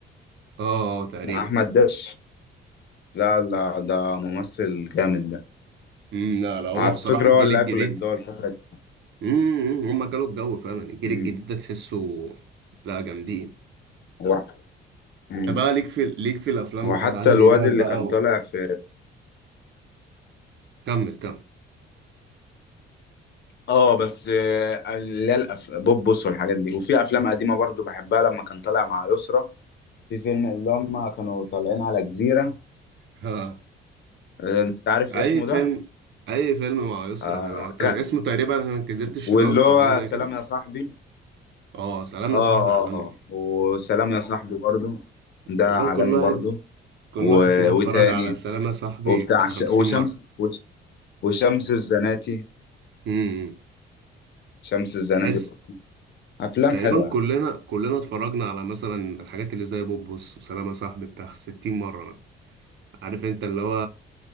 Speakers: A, on the right; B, on the left.
A: اه آه، تقريبا
B: مع احمد داش لا لا ده ممثل جامد ده
A: مم، لا لا هو
B: على
A: بصراحة
B: فكره
A: الجيل
B: هو اللي
A: الجديد
B: هاكل الجو الفتره دي
A: مم، مم، هما كانوا الجو فعلا الجيل
B: أمم.
A: الجديد ده تحسه لا جامدين
B: هو أمم.
A: طب بقى ليك في ليك في الأفلام
B: هو
A: بتاعت
B: حتى
A: عادل
B: الواد
A: إمام
B: اللي
A: بقى
B: كان طالع
A: و...
B: في
A: كمل كمل
B: اه بس آه، اللي هي الأف- بوبوس والحاجات دي وفي افلام قديمه برضو بحبها لما كان طالع مع يسرا في فيلم اللي هم كانوا طالعين على جزيره
A: <laughs>
B: آه، انت عارف
A: اي
B: اسمه
A: فيلم
B: ده
A: اي فيلم مع يسرا
B: آه
A: بيبقى ت-
B: كان
A: اسمه تقريبا أنا كذبت الشيطان
B: واللي هو
A: او حاجه زي
B: سلام
A: كده
B: يا صاحبي
A: اه سلام يا
B: اه
A: صاحبي
B: اه
A: عالمي
B: اه وسلام يا صاحبي برضو ده
A: تقريبا
B: عالمي
A: كل واحد
B: برضو
A: كل
B: و...
A: واحد فينا اتفرج
B: وتاني
A: على سلام يا صاحبي
B: وبتاع
A: بتاع خمسين
B: ش... وشمس
A: مره
B: وش... وشمس الزناتي
A: امم
B: شمس الزناتي
A: تحس
B: برضو. افلام
A: تقريبا
B: حلوه يعني
A: كلنا كلنا اتفرجنا على مثلا الحاجات اللي زي بوبوس وسلام يا صاحبي بتاع ستين مره مثلا عارف انت اللي هو